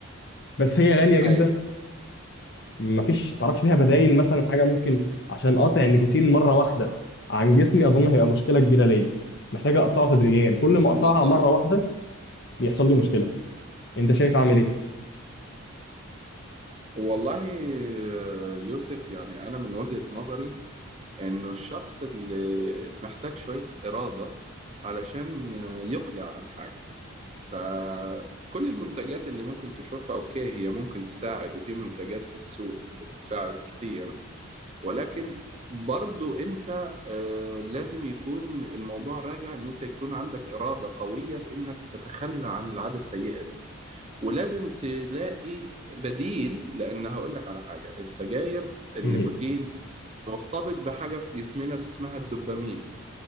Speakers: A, on the left; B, on the right.
A: بس هي غاليه جدا
B: اي
A: مفيش تعرفش ليها بدايل مثلا حاجه ممكن عشان اقطع النيكوتين مره واحده عن جسمي اظن هيبقى مشكله كبيره ليا محتاجه اقطعه تدريجيا كل ما
B: بالظبط
A: اقطعها مره واحده بيحصل لي مشكله انت شايف اعمل ايه
B: والله آه، يوسف يعني انا من وجهة نظري انه الشخص اللي محتاج شوية إرادة علشان آه، يقلع عن حاجة فكل المنتجات اللي ممكن تشوفها اوكي هي ممكن تساعد وفي منتجات في السوق بتساعد كتير ولكن برضو انت آه، لازم يكون الموضوع راجع ان انت يكون عندك إرادة قوية في انك تتخلى عن العادة السيئة دي ولازم تلاقي بديل لان هقول لك على حاجة السجاير النيكوتين
A: مهم.
B: مرتبط بحاجة في جسمنا اسمها الدوبامين